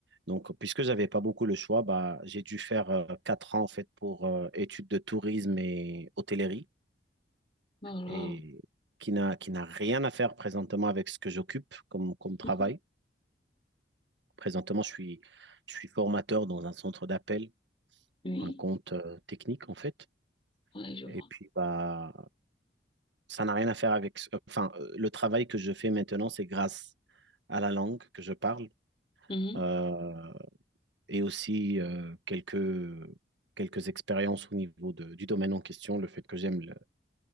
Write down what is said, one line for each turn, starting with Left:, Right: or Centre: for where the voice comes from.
Right: Donc, puisque j'avais pas beaucoup le choix, bah, j'ai dû faire euh, quatre ans en fait pour euh, études de tourisme et hôtellerie
Left: alors,
Right: et qui n'a, qui n'a rien à faire présentement avec ce que j'occupe comme, comme travail.
Left: <laughs>
Right: Présentement, je suis, je suis formateur dans un centre d'appel
Left: oui,
Right: pour un compte euh, technique, en fait.
Left: ouais, je vois.
Right: Et puis, bah, ça n'a rien à faire avec. Enfin, euh, le travail que je fais maintenant, c'est grâce à la langue que je parle
Left: Mhm.
Right: euh, et aussi euh, quelques, quelques expériences au niveau de- du domaine en question, le fait que j'aime le-